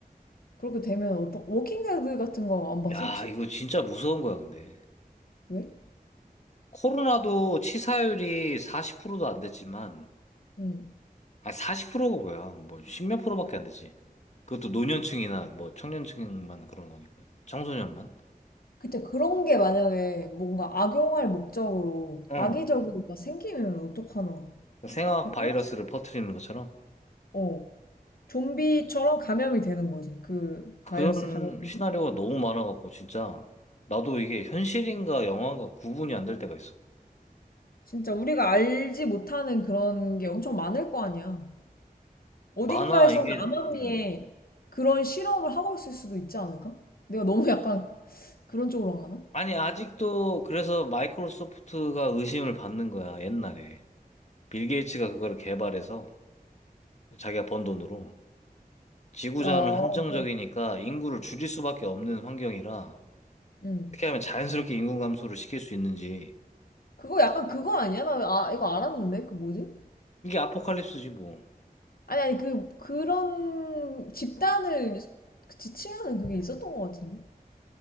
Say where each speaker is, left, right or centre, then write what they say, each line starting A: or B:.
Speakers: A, on the left; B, on the left.
A: 그렇게 되면 어떤 워킹데드 같은 거 안 봤어
B: 야,
A: 혹시?
B: 이거 진짜 무서운 거야, 근데.
A: 왜?
B: 코로나도 치사율이 40%도 안 됐지만,
A: 응.
B: 아니, 40%가 뭐야. 뭐, 십몇 프로밖에 안 되지. 그것도 노년층이나 뭐, 청년층만 그런 거니까. 청소년만.
A: 그때 그런 게 만약에 뭔가 악용할 목적으로
B: 응.
A: 악의적으로 막 생기면 어떡하나
B: 생화학
A: 뭐
B: 바이러스를
A: 그런 생각
B: 퍼뜨리는 것처럼.
A: 어 좀비처럼 감염이 되는 거지 그
B: 그런
A: 바이러스 감염되면
B: 시나리오가 너무 많아갖고, 진짜. 나도 이게 현실인가 영화인가 구분이 안 될 때가 있어.
A: 진짜 우리가 알지 못하는 그런 게 엄청 많을 거 아니야. 어딘가에서는
B: 많아, 이게,
A: 암암리에
B: 음.
A: 그런 실험을 하고 있을 수도 있지 않을까? 내가 너무 약간 그런 쪽으로 안 가나?
B: 아니, 아직도 그래서 마이크로소프트가 의심을 받는 거야, 옛날에. 빌 게이츠가 그거를 개발해서 자기가 번 돈으로. 지구자원은
A: 아, 어.
B: 한정적이니까 인구를 줄일 수밖에 없는 환경이라
A: 응.
B: 어떻게 하면 자연스럽게 인구 감소를 시킬 수 있는지
A: 그거 약간 그거 아니야? 나 아, 이거 알았는데? 그 뭐지?
B: 이게 아포칼립스지 뭐.
A: 아니, 아니, 그, 그런 집단을 그 지칭하는 그게 있었던 것 같은데?